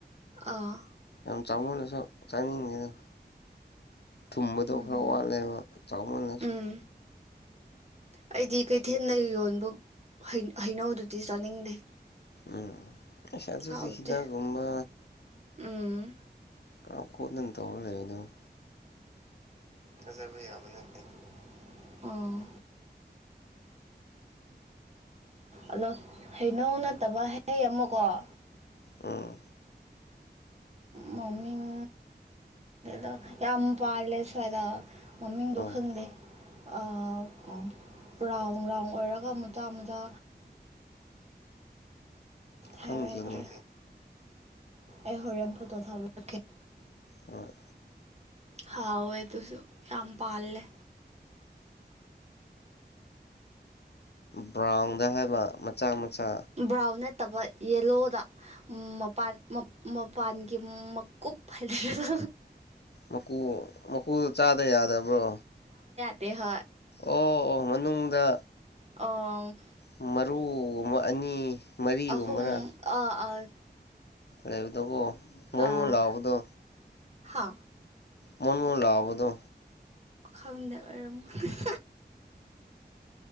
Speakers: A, on the right (about 40°); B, on the left (about 70°).
A: ꯑꯥ
B: ꯌꯥꯝ ꯆꯥꯃꯣꯅꯁꯨ ꯆꯥꯅꯤꯡꯉꯦꯗ ꯊꯨꯝꯕꯗꯣ
A: ꯎꯝ
B: ꯈꯔ ꯋꯥꯠꯂꯦꯕ ꯆꯥꯎꯃꯜꯂꯁꯨ
A: ꯎꯝ ꯑꯩꯗꯤ ꯀꯩꯊꯦꯜꯗ ꯌꯣꯟꯕ ꯍꯩ ꯍꯩꯅꯧꯗꯨꯗꯤ ꯆꯥꯅꯤꯡꯗꯦ
B: ꯎꯝ ꯑꯁ ꯑꯗꯨꯗꯤ
A: ꯍꯥꯎꯇꯦ
B: ꯍꯤꯗꯥꯛ ꯀꯨꯝꯕ
A: ꯎꯝ
B: ꯀ ꯈꯣꯠꯅꯤꯛ ꯊꯧ ꯂꯩꯕꯗꯨꯕꯨ
A: ꯊꯖꯕ ꯌꯥꯕ ꯅꯠꯇꯦ ꯑꯣ ꯑꯗꯣ ꯍꯩꯅꯧ ꯅꯠꯇꯕ ꯍꯩ ꯑꯃ ꯀꯣ ꯑꯥ
B: ꯎꯝ
A: ꯃꯃꯤꯡ ꯗꯣ ꯌꯥꯝ ꯄꯥꯟꯂꯦ ꯁꯨꯋꯥꯢꯗ ꯃꯃꯤꯡꯗꯣ
B: ꯎꯝ
A: ꯈꯪꯗꯦ ꯑꯥ ꯎꯝ ꯔꯥꯎꯟ ꯔꯥꯎꯟ ꯑꯣꯏꯔꯒ ꯃꯆꯥ ꯃꯆꯥ ꯍꯥꯏꯕꯗ꯭ꯔꯦ
B: ꯈꯪꯗꯦꯅꯦ
A: ꯑꯩ ꯍꯣꯔꯦꯟ ꯐꯠꯇꯣ ꯊꯦꯕꯤꯔꯛꯀꯦ
B: ꯍꯣꯏ
A: ꯍꯥꯎꯋꯦ ꯑꯗꯨꯁꯨ ꯌꯥꯝ ꯄꯜꯂꯦ
B: ꯕ꯭ꯔꯥꯎꯟꯗ ꯍꯥꯏꯕ ꯃꯆꯥ ꯃꯆꯥ
A: ꯕ꯭ꯔꯥꯎꯟ ꯅꯠ ꯐꯠꯇꯕ ꯌꯦꯂꯣꯗ ꯃꯄꯥꯟ ꯃꯄꯥꯟꯒꯤ ꯃꯀꯨꯞ ꯍꯥꯏꯗꯨꯔ
B: ꯃꯀꯨ ꯃꯀꯨꯗꯨ ꯆꯥꯗ ꯌꯥꯗꯕ꯭ꯔꯣ
A: ꯇꯦꯍꯣꯢ
B: ꯑꯣ ꯑꯣ ꯃꯅꯨꯡꯗ
A: ꯑꯪ
B: ꯃꯔꯨ ꯑꯅꯤ ꯃꯔꯤꯒꯨꯝꯕꯔ
A: ꯑꯍꯨꯝ ꯑꯥ ꯑꯥ
B: ꯂꯩꯕꯗꯣꯀꯣ ꯃꯣꯟ
A: ꯑꯥ
B: ꯃꯣꯟ ꯂꯥꯎꯕꯗꯣ
A: ꯍꯥ
B: ꯃꯣꯟ ꯃꯣꯟ ꯂꯥꯎꯕꯗꯣ
A: ꯈꯪꯗꯦ ꯑꯣꯏꯔꯝꯒꯅꯤ